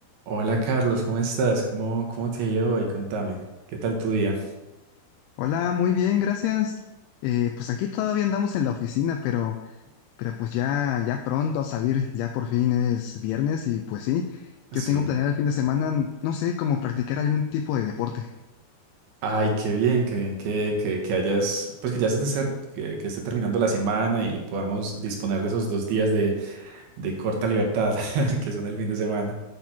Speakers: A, on the right; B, on the left.
A: Hola Carlos, ¿cómo estás? ¿Cómo, cómo te ha ido hoy? Contame, ¿qué tal tu día?
B: Hola, muy bien, gracias. Eh, pues aquí todavía andamos en la oficina, pero, pero pues ya, ya pronto a salir, ya por fin es viernes y pues sí,
A: Sí.
B: yo tengo planeado el fin de semana, no sé, como practicar algún tipo de deporte.
A: Ay, qué bien, qué bien que, que, que hayas, pues que ya se te esté, que, que esté terminando la semana y podamos disponer de esos dos días de, de corta libertad <laughs> que son el fin de semana.